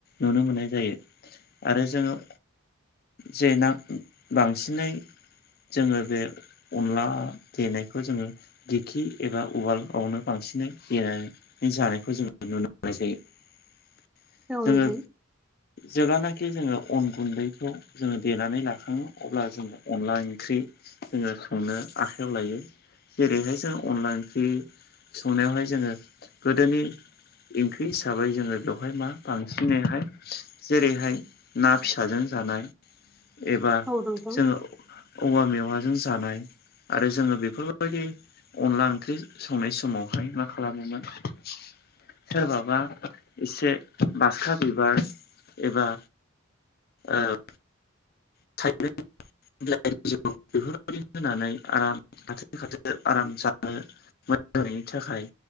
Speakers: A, on the left; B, in the centre.
A: नुनो मोननाय जायो आरो जोङो जे ना बांसिनै जोङो बे अनला देनायखौ जोङो दिखि एबा उवालावनो बांसिनै गेनानै जानायखौ जों नुनो मोननाय जायो
B: औ
A: जोंङो
B: नोंथां
A: जेब्लानाखि जोङो अन गुन्दैखौ जोङो देनानै लाखाङो अब्ला जोङो अनला ओंख्रि जोङो संनो आखायाव लायो जेरैहाय जों अनला ओंख्रि संनायावहाय जोङो गोदोनि ओंख्रि हिसाबै जोङो बेवहाय मा बांसिनैहाय जेरैहाय ना फिसाजों जानाय एबा
B: औ नोंथां
A: जोङो औवा मेवाजों जानाय आरो जोङो बेफोरबाय बेफोरबायदि अनला ओंख्रि संनाय समावहाय मा खालामोमोन सोरबाबा एसे बासखा बिबार एबा ओ <unintelligible> बेफोरबायदि होनानै आराम खाथिखाथो आराम जानो <unintelligible> मोजांनि <unintelligible> थाखाय